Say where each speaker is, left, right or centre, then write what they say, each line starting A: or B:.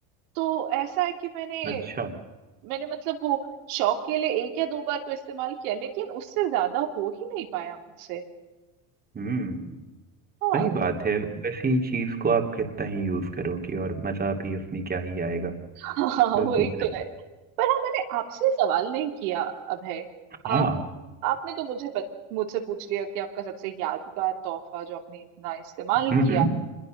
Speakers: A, on the right (about 80°); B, on the right (about 20°).
A: तो ऐसा है कि मैंने
B: अच्छा
A: मैंने मतलब वो शौक के लिए एक या दो बार तो इस्तेमाल किया लेकिन उससे ज्यादा हो ही नहीं पाया मुझसे
B: हम्म
A: हाँ
B: सही बात है वैसी चीज को आप कितना ही यूज करोगी और मजा भी उसमें क्या ही आएगा
A: हाँ
B: बिल्कुल
A: वही
B: सही
A: तो है पर हाँ मैंने आपसे सवाल नहीं किया अभय आप
B: हाँ
A: आपने तो मुझे पत, मुझसे पूछ लिया कि आपका सबसे यादगार तोहफा जो आपने इतना इस्तेमाल
B: हम्म
A: किया
B: हम्म